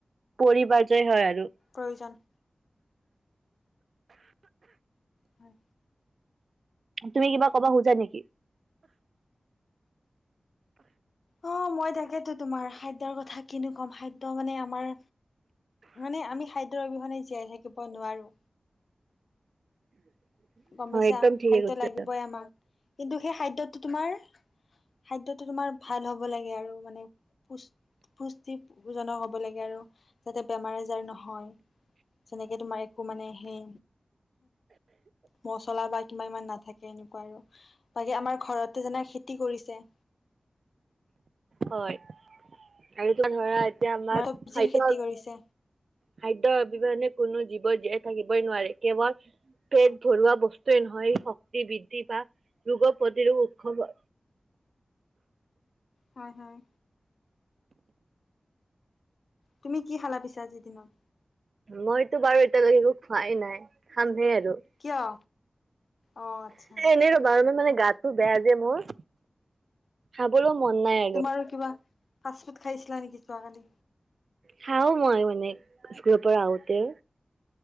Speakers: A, on the right; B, on the left.
A: পৰিবাৰজয় হয় আৰু।
B: প্ৰয়োজন। হয়
A: তুমি কিবা কবা খোজা নিকি।
B: অ মই তাকেতো তোমাৰ খাদ্যৰ কথা কিনো কম খাদ্যৰ মানে আমাৰ মানে আমি খাদ্যৰ অবিহনে জীয়াই থাকিব নোৱাৰো।
A: <unintelligible>
B: গম পাইছা
A: একদম ঠিকে
B: খাদ্য
A: কৈছা
B: লাগিবই আমাক কিন্তু সেই খাদ্যয়তো তোমাৰ খাদ্যত টো তোমাৰ ভাল হ'ব লাগে আৰু মানে পুষ্ট পুষ্টি জনক হ'ব লাগে আৰু। যাতে বেমাৰ আজাৰ নহয় যেনেকে তোমাৰ একো মানে সেই মচলা বা কিবা ইমান নাথাকে এনেকুৱা আৰু বাকী আমাৰ ঘৰতে যেনে খেতি কৰিছে।
A: হয় আৰু তোমাৰ ধৰা এতিয়া আমাক
B: তোমাৰ চব্জিৰ
A: খাদ্য।
B: খেতি কৰিছে
A: খাদ্যয অবিহনে কোনো জীৱই জীয়াই থাকিবই নোৱাৰে কেৱল। পেট ভৰোৱা বস্তুৱেই নহয় শক্তি বৃদ্ধি বা ৰোগৰ প্ৰতিৰোগ উৎসৱ।
B: হয়, হয়। তুমি কি খালা পিছে আজি দিনত?
A: মইতো বাৰু এতিয়ালৈকে একো খোৱাই নাই, খামহে আৰু।
B: কিয়? অ আটচ্ছা।
A: এই ৰবা, ৰবা মানে গাতো বেয়া যে মোৰ খাবলৈ মন আৰু।
B: আৰু কিবা। ফাচফুদ খাইছিলা নেকি যোৱাকালি?
A: খাওঁ মই মানে স্কুলৰ পৰা আহোতে।